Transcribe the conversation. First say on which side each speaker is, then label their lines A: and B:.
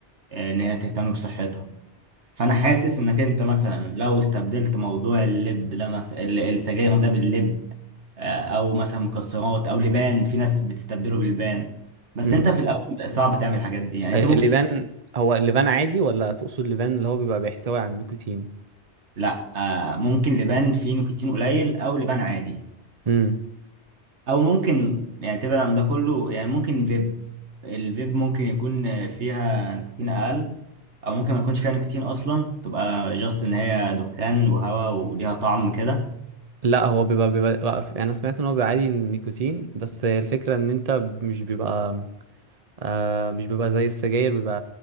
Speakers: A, on the right; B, on the right.
A: آه، ان هي تهتم بصحتها فانا حاسس انك انت مثلا لو استبدلت موضوع اللب ده مثلا ال- السجاير ده باللب آه، او مثلا مكسرات او لبان في ناس بتستبدله باللبان بس
B: مم.
A: انت في الاول صعب تعمل الحاجات دي يعني
B: اللبان
A: انت ممكن تست...
B: هو اللبان عادي ولا تقصد اللبان اللي هو بيبقى بيحتوي على النيكوتين
A: لا آه، ممكن لبان فيه نيكوتين قليل او لبان عادي
B: امم
A: او ممكن يعني تبعد عن ده كله يعني ممكن فيب الفيب ممكن يكون فيها نيكوتين اقل او ممكن ما يكونش فيها نيكوتين اصلا تبقى جاست ان هي دخان وهواء وليها طعم كده
B: لا هو بيبقى بيبقى بقى- انا سمعت ان هو بيبقى عادي النيكوتين بس الفكرة ان انت مش بيبقى آه مش بيبقى زي السجاير بيبقى